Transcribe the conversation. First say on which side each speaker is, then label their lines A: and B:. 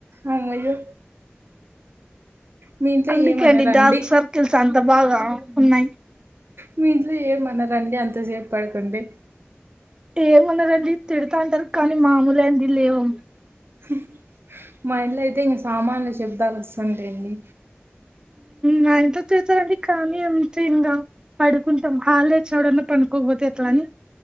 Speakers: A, on the right; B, on the right.
A: అమ్మయ్యో మీ ఇంట్లో
B: అందుకే
A: ఏమనరండి
B: అండి డార్క్ సర్కిల్స్ అంత బాగా ఉన్నయి
A: మీ ఇంట్లో ఏమనరండి అంతసేపు పడుకుంటే
B: ఏమనరండి తిడతాంటరు కానీ మామూలే అండి లేవం
A: ఉహ్ మా ఇంట్ల అయితే ఇంక సామాన్లు శబ్దాలు వస్తుంటాయి అండి.
B: మా ఇంట్ల తిడతారండి కానీ అంతే ఇంగ పడుకుంటాం హాల్డే వచ్చిన గూడన్న పండుకోకపోతే ఎట్ల అని